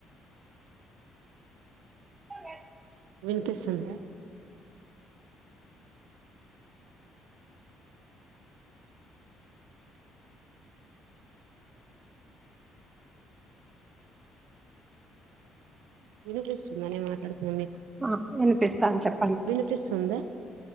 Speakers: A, on the right; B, on the right.
A: స
B: వినిపిస్తుందా వినిపిస్తుందా నేను మాట్లాడుతున్నా
A: ఆ వినిపిస్తా అని చెప్పడి
B: వినిపిస్తుంద